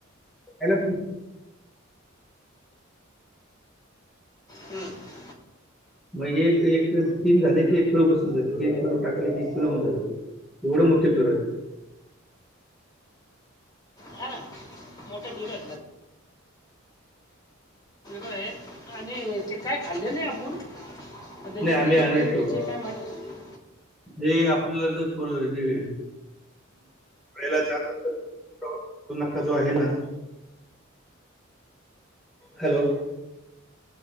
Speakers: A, in the centre; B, on the left (about 20°).
A: हॅलो
B: हम्म
A: मग एक एक तीन झाले की एक किलो बसून जात तीन किलो टाकले की एक किलो होऊ जातात एढं मोठ. किती पेरू आहे.
B: ह ना <unintelligible> मोठे पेरू आहेत आणि ते काय खाल्ले नाही आपण. त्याची
A: नाही आम्ही
B: टेस्ट
A: आणायचो
B: वगैरे कशी आहे काय माहित.
A: हे आपल्याला जर फळ जे पहिला जाताना जो पहिला टोल नाका आहे ना? हॅलो